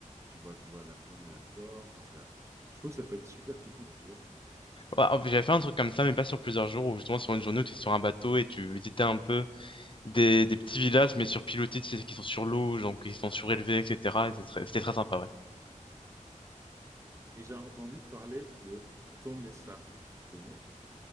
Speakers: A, on the right; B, on the left.
A: tu vois, tu vois la faune et la flore. Enfin, ça, je trouve que ça peut être super typique, tu vois.
B: Ouais, en fait, j'avais fait un truc comme ça, mais pas sur plusieurs jours, ou justement sur une journée où tu es sur un bateau et tu visitais un peu des, des petits villages, mais surpilotés, tu sais, qui sont sur l'eau, donc qui sont surélevés, etc. Et c'est très- c'était très sympa, ouais.
A: Et j'ai entendu parler de Tonlé Sap, je connais,